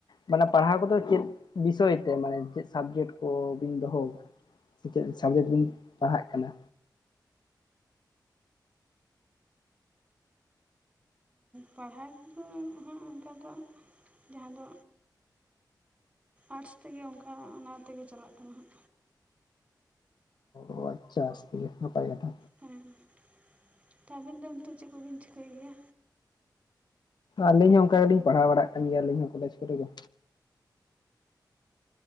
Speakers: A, on the left; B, on the right.
A: ᱢᱟᱱᱮ ᱯᱟᱲᱦᱟᱣ ᱠᱚᱫᱚ ᱪᱮᱫ ᱵᱤᱥᱚᱭ ᱛᱮ ᱢᱟᱱᱮ ᱪᱮᱫ ᱥᱟᱵᱡᱮᱠᱴ ᱠᱚᱵᱤᱱ ᱫᱚᱦᱚ ᱟᱠᱟᱫᱟ ᱪᱮᱫ ᱥᱟᱵᱽᱡᱮᱠᱴ ᱵᱚᱱ ᱯᱟᱲᱦᱟᱜ ᱠᱟᱱᱟ
B: ᱯᱟᱲᱦᱟᱣ ᱠᱚᱫᱚ ᱦᱟᱸᱜ ᱚᱱᱠᱟ ᱫᱚ ᱡᱟᱦᱟᱸ ᱫᱚ ᱟᱨᱴᱥ ᱛᱮᱜᱮ ᱚᱱᱠᱟ ᱚᱱᱟ ᱛᱮᱜᱮ ᱪᱟᱞᱟᱜ ᱠᱟᱱᱟ ᱦᱟᱸᱜ
A: ᱚ ᱟᱪᱪᱷᱟ ᱟᱥᱛᱮ ᱱᱟᱯᱟᱭ ᱠᱟᱛᱷᱟ
B: ᱩᱸ ᱛᱚ ᱟᱹᱵᱤᱱ ᱫᱚ ᱱᱤᱛᱚᱜ ᱪᱮᱫ ᱠᱚᱵᱤᱱ ᱪᱷᱤᱠᱟᱹᱭ ᱮᱜᱼᱟ
A: ᱟᱹᱞᱤᱧ ᱦᱚᱸ ᱚᱱᱠᱟ ᱜᱮᱞᱤᱧ ᱯᱟᱲᱦᱟᱣ ᱵᱟᱲᱟᱜ ᱠᱟᱱ ᱜᱮᱭᱟᱞᱤᱧ ᱦᱚᱸ ᱠᱚᱞᱡ ᱠᱚᱨᱮᱜ ᱜᱮ